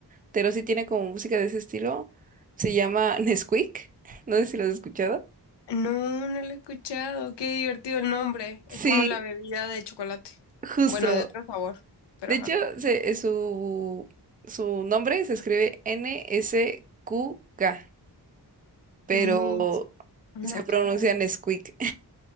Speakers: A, on the right; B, on the left.
A: pero sí tiene como música de ese estilo. Se llama Nesquik. <laughs> No sé si lo has escuchado.
B: No, no lo he escuchado. Qué divertido el nombre. Es
A: Sí,
B: como la bebida de chocolate.
A: justo.
B: Bueno, de otro sabor, pero
A: De
B: ajá.
A: hecho, se- eh, su, su nombre se escribe N-S-Q-K, pero
B: ¿Quién es? Oh my
A: se pronuncia
B: God.
A: Nesquik.